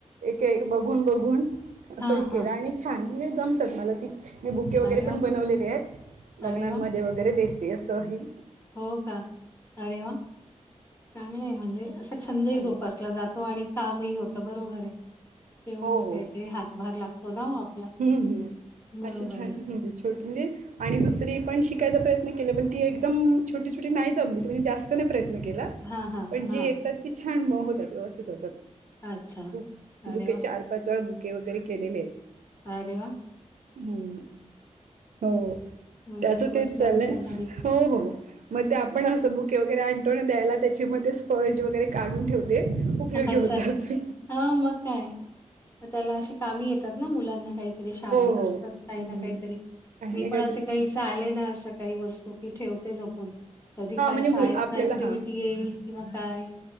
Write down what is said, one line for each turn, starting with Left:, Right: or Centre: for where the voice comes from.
Right: एक बघून बघून असं
Left: हां,
Right: हे केलं
Left: हां.
Right: आणि छान म्हणजे जमतात मला ती मी बुके वगैरे
Left: अरे
Right: पण
Left: वाह!
Right: बनवलेले आहेत लग्नांमध्ये
Left: अरे वाह!
Right: वगैरे देते असंही
Left: हो का अरे वा चांगलं आहे म्हणजे असा छंदही
Right: ह
Left: जोपासला जात तो आणि कामही होत बरोबर आहे तेवढंच
Right: हो हो
Left: काहीतरी हातभार लागतो ना हो आपला
Right: हम्म हम्
Left: बरोबर
Right: अशी छान
Left: आहे.
Right: ह् म्हणजे आणि दुसरी पण शिकायचा प्रयत्न केला पण ती एकदम छोटी छोटी नाही जमली जास्तने प्रयत्न केला
Left: हां, हां,
Right: पण
Left: हां.
Right: जे येतात तेी छान म होतात व्यवस्थित होतात
Left: अच्छा. अरे
Right: बुके
Left: वाह!
Right: चार पाच वेळा बुके वगैरे केलेले आहेत
Left: अरे वा
Right: हम् हो
Left: म्हणजे
Right: त्याचं
Left: असं
Right: तेच
Left: बसल्या-बसल्या
Right: चालंय
Left: घरी
Right: हो हो मग ते आपण असं ब वगैरे आणटो न द्यायला त्याच्यामध्ये स्पर्ज वगैरे काढून ठेवते उपयोगी
Left: अच्छा.
Right: होतात
Left: हां, मग काय? मग त्याला अशी कामी येतात ना मुलांना काही तरी शाळेत
Right: हो
Left: असत काही
Right: हम्म.
Left: ना काहीतरी
Right: काही
Left: मी
Right: नाही काहीतरी
Left: पण असे काहीच
Right: ठेव
Left: आले ना असं काही वस्तू की ठेवते जपून कधी
Right: हा
Left: काय
Right: म्हणजे
Left: शाळेतन
Right: मुल आपल्याला
Left: ऍक्टिव्हटी
Right: हा
Left: येईल किंवा काय